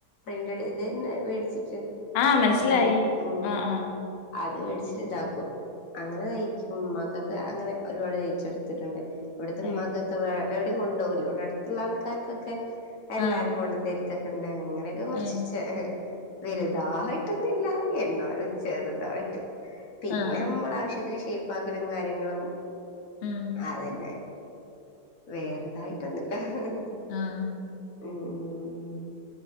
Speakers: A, on the left (about 60°); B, on the left (about 75°).
A: പ്രിന്റഡ് ഇതന്നെ മേടിച്ചിട്ട്
B: ആ മനസ്സിലായി
A: പ്രിന്റഡ് ഉം
B: അ അ
A: അത് മേടിച്ചിട്ട് ഇതാക്കും അങ്ങനെ തയിക്കും മ ക്കക് അങ്ങനെ ഒരുപാട് തയിച്ചെടുത്തിട്ടുണ്ട് ഇവിടുത്തെ ഇമ്മക്കാകെ
B: ഏഹ്
A: വെ എവിഡിം കൊണ്ടപോകുല ഇടെ അടുത്ത് ള്ള ആൾക്കാർക്കൊക്കെ എല്ലാരും
B: ആഹ്
A: കൊണ്ടുതരുത്ത ഉണ്ട അങ്ങനെയൊക്കെ കൊറച്ചീച്ചേ
B: ഏഹ്
A: വലതായിട്ടൊന്നും ഇല്ല എന്നാലും ചെറുതായിട്ട് പിന്നെ
B: ആഹ്
A: നമ്മള ആവശ്യത്തിന് സ് ഷൈപ്പാക്കലും കാര്യങ്ങളും
B: ഉം
A: അതന്നെ. വേറതായിട്ടന്നും ല് ല്ല.
B: ആഹ്
A: ഉം ഉം